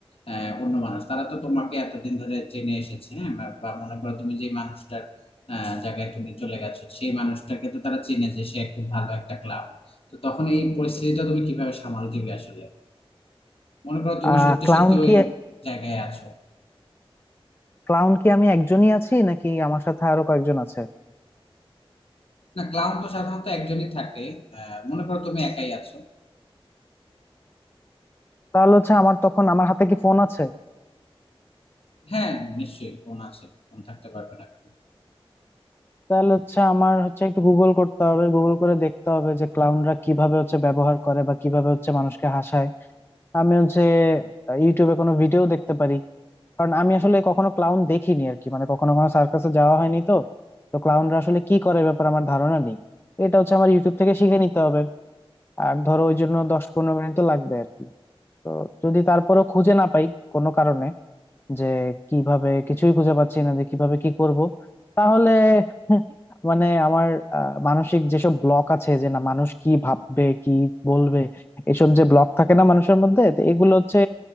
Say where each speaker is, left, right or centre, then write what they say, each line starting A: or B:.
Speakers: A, on the left; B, on the left.
A: আহ, অন্য মানুষ তারা তো তোমাকে এতদিন ধরে চেনে এসেছে হ্যাঁ বা বা মনে করো তুমি যে মানুষটার আহ, জায়গায় তুমি চলে গেছো সেই মানুষটাকে তো তারা চেনে যে সে খুব ভালো একটা ক্লাব তো তখন এই পরিস্থিতিটা তুমি কিভাবে সামাল দিবে আসলে মনে করো তুমি
B: আহ
A: সত্যি
B: ক্লাউন
A: সত্যি ওই
B: কি
A: জায়গায় আছো
B: ক্লাউন কি আমি একজনই আছি নাকি আমার সাথে আরো কয়েকজন আছে
A: না ক্লাউন তো সাধারণত একজনই থাকে আহ, মনে করো তুমি একাই আছো
B: তাহলে হচ্ছে আমার তখন আমার হাতে কি ফোন আছে
A: হ্যাঁ নিশ্চয়ই ফোন আছে ফোন থাকতে পারবে না কেন
B: তাহলে হচ্ছে আমার হচ্ছে একটু গুগল করতে হবে গুগল করে দেখতে হবে যে ক্লাউনরা কিভাবে হচ্ছে ব্যবহার করে বা কিভাবে হচ্ছে মানুষকে হাসায় আমি হচ্ছে ইউটিউবে কোনো ভিডিও দেখতে পারি কারণ আমি আসলে কখনো ক্লাউন দেখিনি আর কি মানে কখনো কখনো সার্কাসে যাওয়া হয়নি তো তো ক্লাউনরা আসলে কি করে এ ব্যাপারে আমার ধারণা নেই তো এটা হচ্ছে আমার ইউটিউব থেকে শিখে নিতে হবে আর ধরো ওই জন্য দশ পনেরো মিনিট তো লাগবে আর কি তো যদি তারপরেও খুঁজে না পাই কোনো কারণে যে কিভাবে কিছুই খুঁজে পাচ্ছি না যে কিভাবে কি করব তাহলে <laughs> মানে আমার আহ, মানসিক যেসব ব্লক আছে যে না মানুষ কি ভাববে কি বলবে এসব যে ব্লক থাকে না মানুষের মধ্যে তো এগুলো হচ্ছে